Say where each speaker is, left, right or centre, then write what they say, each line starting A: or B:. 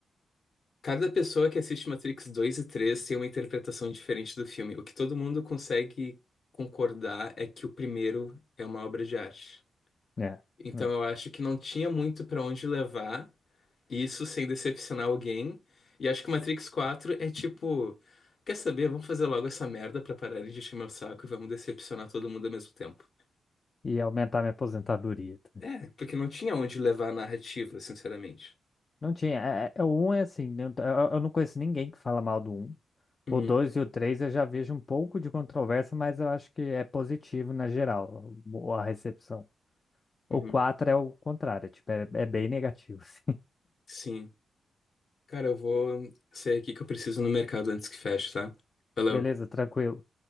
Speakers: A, on the left (about 60°); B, on the left (about 45°).
A: Cada pessoa que assiste Matrix 2 e 3 tem uma interpretação diferente do filme. O que todo mundo consegue concordar é que o primeiro é uma obra de arte.
B: É.
A: Então
B: né?
A: eu acho que não tinha muito pra onde levar isso sem decepcionar alguém. E acho que Matrix 4 é tipo, quer saber? Vamos fazer logo essa merda pra parar de encher meu saco e vamos decepcionar todo mundo ao mesmo tempo.
B: E aumentar minha aposentadoria. tá?
A: É, porque não tinha onde levar a narrativa, sinceramente.
B: Não tinha. É, é- é- o um é assim, né, eu, eu não conheço ninguém que fala mal do um O
A: Uhum,
B: 2 e o 3 eu já vejo um pouco de controvérsia, mas eu acho que é positivo na geral, o- a recepção.
A: uhum.
B: O 4 é o contrário, tipo, é, é bem negativo. <laughs> assim.
A: Sim. Cara, eu vou sair aqui que eu preciso ir no mercado antes que feche, tá? Valeu.
B: Beleza, tranquilo.